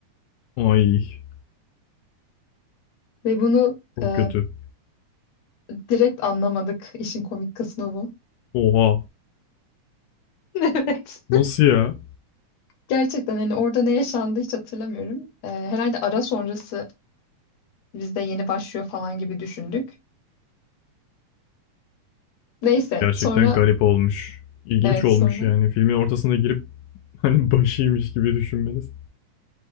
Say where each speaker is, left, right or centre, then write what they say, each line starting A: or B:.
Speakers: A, on the left (about 85°); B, on the left (about 70°).
A: Ay
B: Ve bunu
A: çok
B: e,
A: kötü.
B: direkt anlamadık. İşin komik kısmı bu.
A: Oha.
B: <laughs> Evet.
A: Nasıl ya?
B: Gerçekten hani orada ne yaşandı hiç hatırlamıyorum. E, herhalde ara sonrası bizde yeni başlıyor falan gibi düşündük. Neyse
A: Gerçekten
B: sonra
A: garip olmuş. İlginç
B: evet
A: olmuş
B: sonra
A: yani. Filmin ortasına girip <laughs> hani başıymış gibi düşünmeniz.